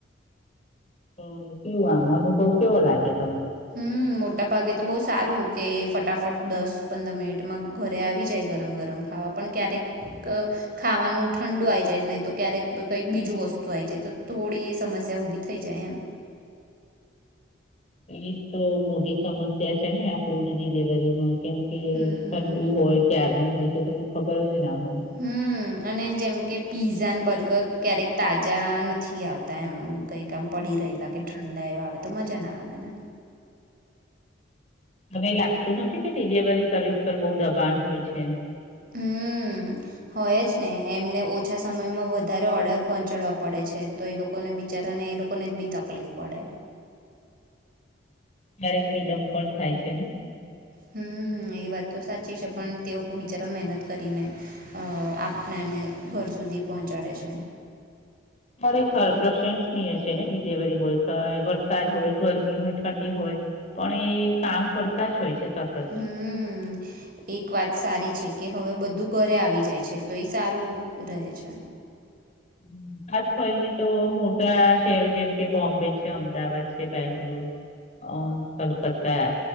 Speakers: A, on the left; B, on the right.
A: હ કેવું આમ અનુભવ કેવો લાગે છે.
B: હમ મોટા ભાગે તો બહુ સારું. કે ફટાફટ દસ પંદર મિનિટમાં ઘરે આવી જાય ગરમ ગરમ ખાવા પણ ક્યારેક ખાવાનું ઠંડુ આ જાય નહી તો ક્યારેક કંઈક બીજું વસ્તુ આ જાય તો થોડી એ સમસ્યા ઉઊભી થઈ જાય એમ.
A: એ તો મોટી સમસ્યા છે ને આ ફૂડ ડિલવરીમાં. કેમ કે
B: હમ્મ,
A: ઠંડુ હોય ક્યારનુંું હોય તો તમે. ખબર હ છે ના <unintelligible>
B: હમ અને જેમ કે. પીઝા અને બર્ગર ક્યારેક તાજા નથી આવતા એમ કઈક આમ પડી રહેલા કે ઠંડા એવા આવે તો મજા ના આવે ને.
A: મને લાગતું નથી કે ડિલિવરી. સર્િસ પર બહુ. દબાણ હોય છે.
B: હમ હોય જ ને. એમને ઓછા સમયમાં વધારે ઓર્ડર પહોંચાડવા પડે છે તો એ લોકોને બિચારાને એ લોકોને જ બી તકલીફ પડે.
A: ક્યારેક વિલંબ પણ થાય છે ને.
B: હમ એ વાત તો સાચી છે પણ તેઓ બિચારા મહેનત કરીને અ આપણાને ઘર સુધી પહોંચાડે છે.
A: ખરેખર પ્રશંસનીય હશે ને ડિલિવરી બોય. હ એ
B: તો.
A: વરસાદ
B: હવે
A: હોય. ગરમી હોય ઠંડી હોય. પણ એ કામ કરતા જ હોય છે. સતત
B: હમ એક વાત સારી છે. કે હવે બધું ઘરે આવી જાય છે તો એ સારું રહે છે.
A: હમ <unintelligible> ખાસ કરીને તો મોટા શહેરો જેમ કે બોમ્બે છે અમદાવાદ છે બેંગ. અ કલકત્તા